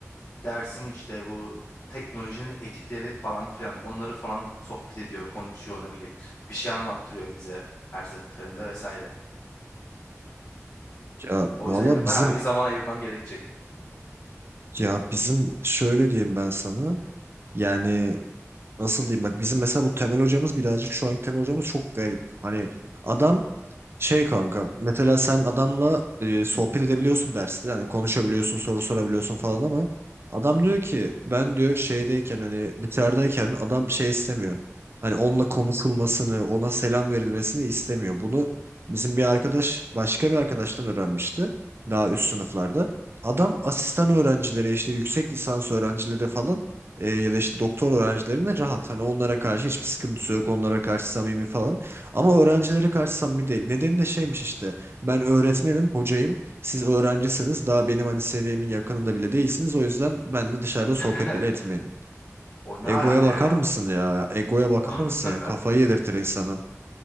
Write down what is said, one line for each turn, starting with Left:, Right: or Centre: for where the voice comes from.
Left: dersin işte bu teknolojinin etikleri falan filan onları falan sohbet ediyor, konuşuyor ne bileyim. Bir şey anlattırıyor bize her seferinde vesaire.
Right: Ya
Left: O
Right: valla
Left: yüzden yani bayağı
Right: bizim
Left: bir zaman ayırmam gerekecek.
Right: ya bizim şöyle diyeyim ben sana. Yani nasıl diyeyim bak bizim mesela bu temel hocamız birazcık şu anki temel hocamız çok garip. Hani adam şey kanka mesela sen adamla e, sohbet edebiliyorsun derste hani konuşabiliyorsun soru sorabiliyorsun falan ama adam diyor ki ben diyor şeydeyken hani dışarıdayken adam şey istemiyor. Hani onunla konuşulmasını ona selam verilmesini istemiyor. Bunu bizim bir arkadaş başka bir arkadaştan öğrenmişti daha üst sınıflarda. Adam asistan öğrencilere işte yüksek lisans öğrencilere falan e, ya da işte doktor öğrencilerine rahat. Hani onlara karşı hiçbir sıkıntısı yok. Onlara karşı samimi falan. Ama öğrencilere karşı samimi değil. Nedeni de şeymiş işte. Ben öğretmenim, hocayım. Siz öğrencisiniz. Daha benim hani seviyemin yakınında bile değilsiniz. O yüzden benimle dışarıda sohbet
Left: <laughs>
Right: bile etmeyin.
Left: O ne
Right: Egoya
Left: alaka
Right: bakar
Left: ya?
Right: mısın ya? Egoya bakar
Left: <laughs>
Right: mısın ya? Kafayı yedirtir insanın.